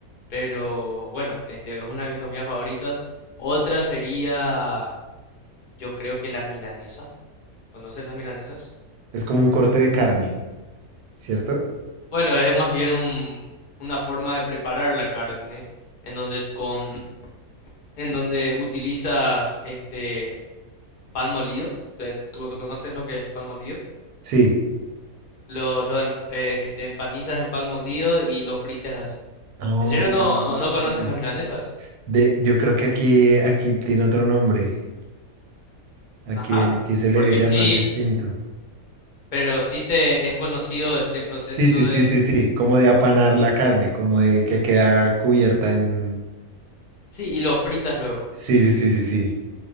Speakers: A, on the left (about 60°); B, on the right (about 80°).
A: pero bueno, este, es una de mis comidas favoritas. Otra sería, yo creo que la milanesa. ¿Conoces las milanesas?
B: Es como un corte de carne, ¿cierto?
A: Bueno, es más bien un- una forma de preparar la carne en donde con en donde utilizas este pan molido. Te- ¿Tú, tú conoces lo que es el pan molido?
B: Sí.
A: Lo, lo em- eh, este, empanizas en pan molido y lo fritas así.
B: Oh,
A: ¿En serio no, no conoces
B: ok.
A: las milanesas?
B: De, yo creo que aquí, aquí tiene otro nombre. Aquí,
A: Ajá.
B: aquí se le
A: Porque
B: debe llamar
A: sí,
B: distinto.
A: pero sí te es conocido este proceso
B: Sí, sí, sí,
A: de...
B: sí, sí. Como de apanar la carne, como de que queda cubierta en...
A: Sí, y lo fritas luego.
B: Sí, sí, sí, sí, sí.